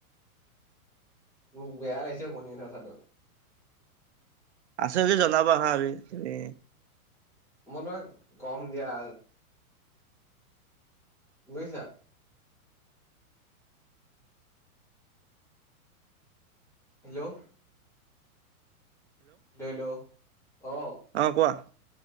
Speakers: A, in the centre; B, on the right (about 50°).
A: উ বেয়া লাগিছে শুনি এ চটো
B: আছে যদি জনাবা হা আৰু তুমি
A: মই তোমাক কম দিয়া বুজিছা হেল্ল' হেল্ল' হেল্ল' অ
B: অ কোৱা